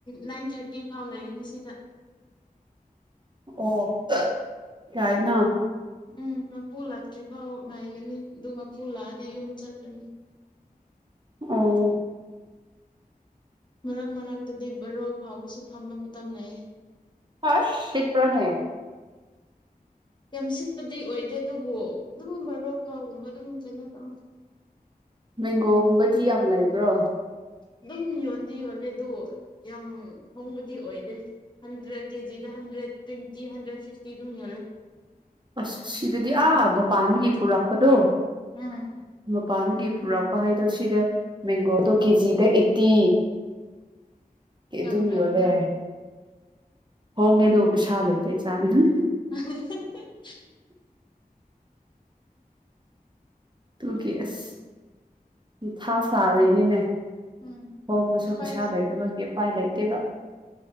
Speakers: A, on the left; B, on the right.
A: ꯅꯥꯏꯟ ꯊꯥꯔꯇꯤ ꯐꯥꯎ ꯂꯩꯒꯅꯤ ꯁꯤꯗ
B: ꯑꯣ ꯌꯥꯏꯅꯥ
A: ꯎꯝ ꯃꯄꯨ ꯂꯥꯛꯇ꯭ꯔꯤ ꯐꯥꯎ ꯉꯥꯏꯒꯅꯤ ꯑꯗꯨ ꯃꯄꯨ ꯂꯥꯛꯑꯗꯤ ꯌꯨꯝ ꯆꯠꯂꯅꯤ
B: ꯑꯣ
A: ꯃꯔꯛ ꯃꯔꯛꯇꯗꯤ ꯕꯔꯣ ꯐꯥꯎꯕꯁꯨ ꯐꯝꯕ ꯃꯇꯝ ꯂꯩꯇꯦ
B: ꯑꯁ ꯁꯤꯠ ꯄ꯭ꯔꯅꯦ
A: ꯌꯥꯝ ꯁꯤꯠꯄꯗꯤ ꯑꯣꯏꯗꯦ ꯑꯗꯨꯕꯨ ꯑꯗꯨꯝ ꯚꯔꯣ ꯐꯥꯎꯒꯨꯝꯕ ꯑꯗꯨꯝ ꯀꯩꯅꯣ ꯇꯧ
B: ꯃꯦꯡꯒꯣꯒꯨꯝꯕꯗꯤ ꯌꯥꯝ ꯂꯩꯕ꯭ꯔꯣ
A: ꯑꯗꯨꯝ ꯌꯣꯟꯗꯤ ꯌꯣꯜꯂꯦ ꯑꯗꯣ ꯌꯥꯝ ꯍꯣꯡꯕꯗꯤ ꯑꯣꯏꯗꯦ ꯍꯟꯗ꯭ꯔꯦꯠ ꯀꯦꯖꯤꯗ ꯍꯟꯗ꯭ꯔꯦꯠ ꯇ꯭ꯋꯦꯟꯇꯤ ꯍꯟꯗ꯭ꯔꯦꯠ ꯐꯤꯐꯇꯤ ꯑꯗꯨꯝ ꯌꯣꯜꯂꯦ
B: ꯑꯁ ꯁꯤꯗꯗꯤ ꯑꯥ ꯃꯄꯥꯟꯗꯒꯤ ꯄꯨꯔꯛꯄꯗꯣ
A: ꯎꯝ
B: ꯃꯄꯥꯟꯗꯒꯤ ꯄꯨꯔꯛꯄ ꯄꯥꯥꯏꯗꯣ ꯁꯤꯗ ꯃꯦꯡꯒꯣꯗꯣ ꯀꯦꯖꯤꯗ ꯑꯩꯠꯇꯤ ꯑꯗꯨꯝ
A: ꯌꯥꯝ ꯐꯩꯅ
B: ꯌꯣꯜꯂꯦ ꯍꯣꯡꯉꯦ ꯑꯗꯨ ꯄꯩꯁꯥ ꯂꯩꯇꯦ ꯆꯥꯅꯤꯉꯥꯏ
A: ꯑ ꯍꯤ ꯍꯤ
B: ꯇꯨꯒꯤ ꯑꯁ ꯃꯊꯥ ꯁꯥꯔꯤꯅꯤꯅꯦ
A: ꯎꯝ
B: ꯍꯣꯡꯕꯁꯨ
A: ꯑꯩꯈꯣꯏ
B: ꯄꯩꯁꯥ ꯂꯩꯇꯕꯒꯤ ꯎꯄꯥꯏ ꯂꯩꯇꯦꯕ